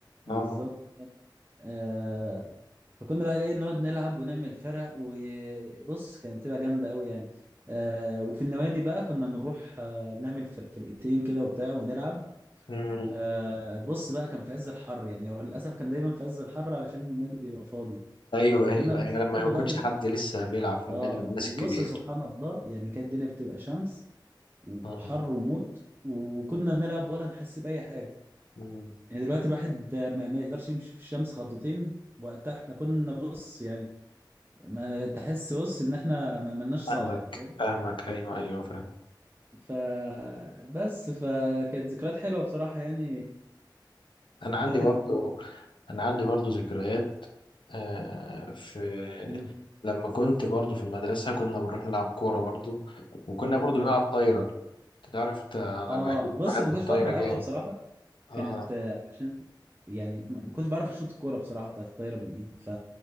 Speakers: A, on the right (about 25°); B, on the left (about 80°).
A: بالظبط
B: آه
A: آه فكنا بقى ايه نقعد نلعب ونعمل فرق وبص كانت بتبقى جامده قوي يعني آه وفي النوادي بقى كنا نروح آه نعمل فرق فرقتين كده وبتاع ونلعب
B: مم.
A: آه بص بقى كان في عز الحر يعني هو للاسف كان دايما في عز الحر علشان النادي بيبقى فاضي
B: أيوه
A: فكنا
B: أيوه
A: بنستغل
B: أيوه لما ما يكونش
A: الوقت ده
B: حد لسه بيلعب في
A: اه
B: النادي من الناس
A: وبص
B: الكبيرة
A: سبحان الله يعني كانت الدنيا بتبقى شمس وحر
B: آه.
A: وموت وكنا نلعب ولا نحس بأي حاجة
B: مم.
A: يعني دلوقتي الواحد ما, ما يقدرش يمشي في الشمس خطوتين وقتها احنا كنا بص يعني ما تحس بص ان احنا ما ملناش
B: فاهمك
A: صاحب فاهم
B: فاهمك ايوه ايوه فاهم
A: ف بس فكانت ذكريات حلوة بصراحة يعني
B: انا
A: بتاعت
B: عندي برضو
A: الكورة
B: انا عندي برضو ذكريات آه في
A: مم.
B: لما كنت برضو في المدرسه كنا بنروح نلعب كوره برضو وكنا برضو
A: مم.
B: نلعب طايره انت تعرف انت انا
A: اه
B: بحب
A: بص
B: بحب
A: ما كنتش
B: الطايره
A: بعرف العبها
B: جامد
A: بصراحة
B: آه,
A: كانت آه، علشان يعني ما ما كنتش بعرف اشوط الكوره بصراحه بتاعت الطايره بالايد ف